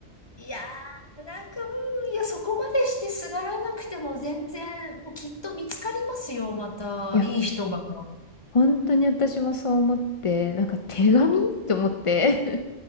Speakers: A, on the left (about 20°); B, on the left (about 40°).
A: いやー、なんか、うん、いや、そこまでしてすがらなくても全然、もうきっと見つかりますよ、また、
B: いや、
A: いい人が。
B: 本当に私もそう思って、なんか手紙と思って。